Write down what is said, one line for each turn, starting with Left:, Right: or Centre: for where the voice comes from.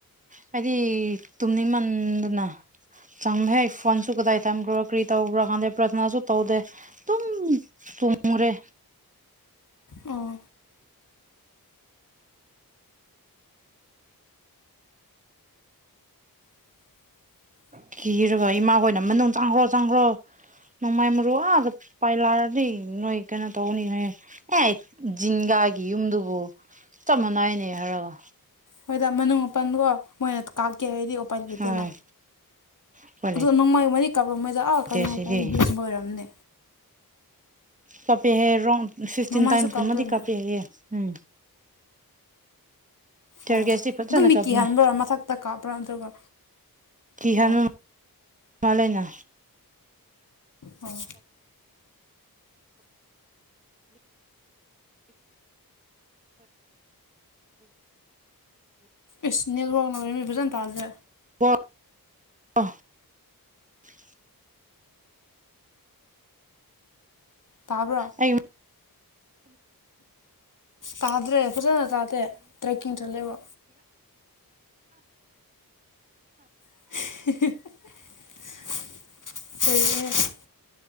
Right: ꯍꯥꯏꯗꯤ ꯇꯨꯝꯅꯤꯡꯃꯟꯗꯅ <unintelligible> ꯐꯣꯟꯁꯨ ꯀꯗꯥꯏ ꯊꯝꯈ꯭ꯔꯣ ꯀꯔꯤ ꯇꯧꯈ꯭ꯔꯣ ꯈꯥꯟꯗꯦ ꯄ꯭ꯔꯊꯅꯥꯁꯨ ꯇꯧꯗꯦ ꯑꯗꯨꯝ ꯇꯨꯝꯃꯨꯔꯦ
Left: ꯑꯣ <inaudible>
Right: ꯀꯤꯔꯕ ꯏꯃꯥ ꯈꯣꯏꯅ ꯃꯅꯨꯡ ꯆꯪꯈ꯭ꯔꯣ ꯆꯪꯈ꯭ꯔꯣ ꯅꯣꯡꯃꯥꯏ ꯃꯔꯨ ꯑ ꯑꯥꯗ ꯄꯥꯏꯂꯛꯑꯗꯤ ꯅꯣꯏ ꯀꯩꯅꯣ ꯇꯧꯒꯅꯤ ꯍꯥꯏꯌꯦ ꯑꯦ ꯖꯤꯟꯒꯥꯒꯤ ꯌꯨꯝꯗꯨꯕꯨ ꯆꯞ ꯃꯥꯟꯅꯥꯏꯅꯦ ꯍꯥꯏꯔꯒ
Left: ꯍꯣꯏꯗ ꯃꯅꯨꯡ ꯃꯥꯄꯟꯒꯣ ꯃꯣꯏꯅ ꯀꯥꯞꯀꯦ ꯍꯥꯏꯗꯤ ꯂꯩ
Right: ꯍꯣꯏ ꯎꯄꯥꯏ
Left: ꯑꯗꯨꯅꯣꯡꯃꯩ ꯃꯅꯤ ꯇꯧꯔꯉꯣꯏꯗ ꯑꯥ
Right: ꯂꯩꯇꯦ
Left: ꯀꯩꯅꯣ
Right: ꯁꯤꯗꯤ
Left: ꯇꯥꯏꯒꯦꯁꯃ ꯑꯣꯏꯔꯝꯅꯦ
Right: ꯀꯞꯄꯦꯍꯦ ꯔꯥꯎꯟ ꯐꯤꯐꯇꯤꯟ
Left: ꯅꯣꯡꯃꯥꯏꯁꯨ
Right: ꯇꯥꯏꯝꯁꯀꯨꯝꯃꯗꯤ
Left: ꯀꯥꯞꯄ꯭ꯔꯅꯦ
Right: ꯀꯥꯄꯦ ꯍꯥꯏꯌꯦ ꯎꯝ ꯇꯔꯒꯦꯁꯇꯤ
Left: ꯑꯣ
Right: ꯐꯖꯅ
Left: ꯑꯗꯨ ꯃꯤꯀꯤ
Right: ꯀꯥꯞꯄꯅꯦ
Left: ꯍꯥꯏꯟꯕ꯭ꯔꯥ ꯃꯊꯛꯇ ꯀꯥꯞꯄ꯭ꯔꯥ ꯅꯠꯇ꯭ꯔꯒ
Right: ꯀꯤꯍꯟ
Left: ꯑꯣ
Right: ꯃꯥꯜꯂꯦꯅꯦ
Left: ꯑꯣ ꯏꯁ ꯅꯦꯠꯋꯥꯛꯅꯃꯤ ꯐꯖꯅ ꯇꯥꯗꯦ
Right: <unintelligible>
Left: ꯇꯥꯕ꯭ꯔꯣ
Right: ꯑꯩ
Left: ꯇꯥꯗ꯭ꯔꯦ ꯐꯖꯅ ꯇꯥꯗꯦ ꯇ꯭ꯔꯦꯛꯀꯤꯡ ꯆꯠꯂꯦꯕ <unintelligible>